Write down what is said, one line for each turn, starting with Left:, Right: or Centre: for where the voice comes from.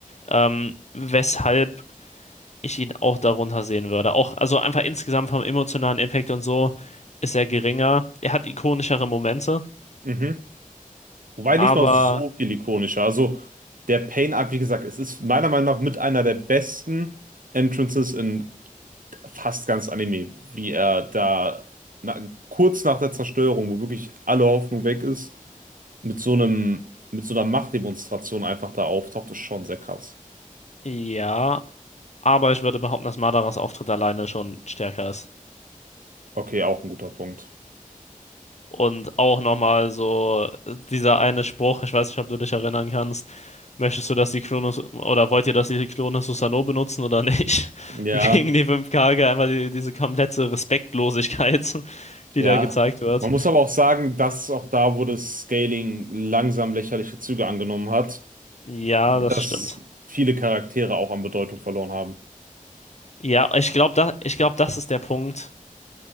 Left: Ähm, weshalb ich ihn auch darunter sehen würde. Auch, also einfach insgesamt vom emotionalen Impact und so ist er geringer. Er hat ikonischere Momente,
Right: Mhm. Wobei
Left: aber
Right: nicht mal so viel ikonischer. Also der Pain-Arc, wie gesagt, es ist meiner Meinung nach mit einer der besten Entrances in fast ganz Anime, wie er da na, kurz nach der Zerstörung, wo wirklich alle Hoffnung weg ist, mit so einem, mit so einer Machtdemonstration einfach da auftaucht, ist schon sehr krass.
Left: ja, aber ich würde behaupten, dass Madaras Auftritt alleine schon stärker ist.
Right: Okay, auch ein guter Punkt.
Left: Und auch nochmal so dieser eine Spruch, ich weiß nicht, ob du dich erinnern kannst Möchtest du, dass die Klone oder wollt ihr, dass die Klone Susanoo benutzen oder nicht? <laughs>
Right: Ja,
Left: Gegen die fünf Kage einmal die, diese komplette Respektlosigkeit, <laughs> die
Right: ja.
Left: da gezeigt wird.
Right: Man muss aber auch sagen, dass auch da, wo das Scaling langsam lächerliche Züge angenommen hat,
Left: Ja,
Right: dass
Left: das stimmt.
Right: viele Charaktere auch an Bedeutung verloren haben.
Left: Ja, ich glaube, da, ich glaub, das ist der Punkt,